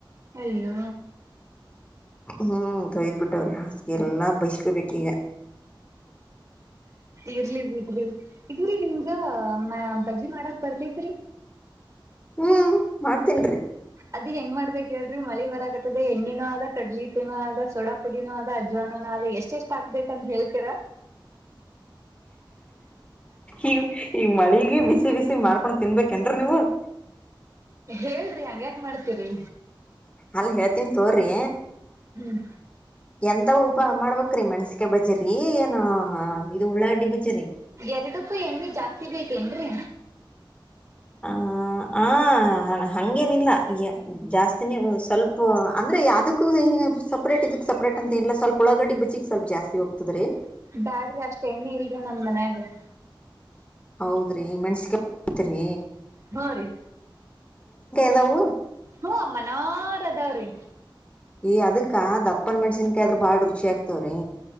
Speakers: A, on the right (about 40°); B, on the left (about 15°).
A: ಅಯ್ಯೋ
B: ಹ್ಮ್ ತೊಯ್ದ್ ಬಿಟ್ಟವ್ರಿ ಹಾಸಿಗೆ ಎಲ್ಲ ಬಸ್ಕೊಬೇಕ ಈಗ
A: ಇರ್ಲಿ ಬಿಡ್ರಿ ಇದ್ರಿ ನಿನ್ಗಮ್ಮ ಬಜ್ಜಿ ಮಾಡಕ್ ಬರ್ತೇತ್ರಿ
B: ಹ್ಮ್ ಮಾಡ್ತೇನ ರಿ
A: ಅದಿ ಹೆಂಗ ಮಾಡ್ಬೇಕ ಹೇಳ್ರಿ ಮಳಿ ಬರ ಆತದೆ ಎಣ್ಣೆಿನೂ ಅ ಕಡಲಿೀಟನನು ಆದ ಸೋಡಾ ಪುಡಿಿನೂ ಅ ಆದ ಅಜ್ವಾನೂ ಎಷ್ಟ ಎಷ್ಟು ಹಾಕ್ಬೇಕಂತ ಹೇಳ್ತೀರ
B: ಈ ಈ ಮಳಿಗೆ ಬಿಸಿ ಬಿಸಿ ಮಾಡ್ಕೊಂಡ್ ತಿನ್ಬೇಕೇನ್ರ ನೀವು <inaudible>
A: ಹೇಳ್ರಿ ಹಂಗ್ಯಾಕ ಮಾಡ್ತೀರಿ
B: ಅಲ್ ಹೇಳ್ತನ್ ತೋರ್ರಿ
A: ಹ್ಮ್
B: ಎಂತ ಉಬ್ಬ ಮಾಡ್ಬ್ರೀ ಮೆಸಿಕ ಬಜ್ರಿ ಏನ ಇದು ಉಳ್ಳಾಗಡ್ಡಿ ಬಜ್ರಿ
A: ಎರಡಕ್ಕೂ ಎಣ್ಣೆ ಜಾಸ್ತಿ ಬೇಕೇನ್ರರಿ
B: ಹ ಹಾ ಹ ಹಂಗೇನಿಲ್ಲ ಜಾಸ್ತಿನೇ ಸ್ವಲ್ಪ ಅಂದ್ರೆ ಅದಕ್ಕೂ ಈ ಸಪ್ರೇಟ್ ಇದಕ್ಕೆ ಸಪ್ರೇಟ್ ಅಂತೇಏಿಲ್ಲ ಸ್ಲ್ಪಳಗಡ್ಡಿಜಿಗೆ ಸ್ಲ್ಪ ಜಾಸ್ತಿ ಹೋಗ್ತದೆೀ
A: ಬ್ಯಾಡ್ರಿ ಅಷ್ಟ ಎಣ್ಣಿ ಇಲ್ರಿ ನಂದ ಮನ್ಯಾಗ
B: ಹೌದ್ರಿ ಮೆಣಸಕತ್ರಿ
A: ಹ್ಮ ರರಿ
B: ಅದಾವು
A: ಹ್ಮ ಅಮ್ಮನಾರ ಅದಾವ್ರೀ
B: ಈ ಅದಕ್ಕ ದಪ್ಪನ್ ಮೆಣಸಿನ್ಕಾಯ ಆದ್ರ ಬಾಳ್ ರುಚಿ ಆಗ್ತವ್ರೀ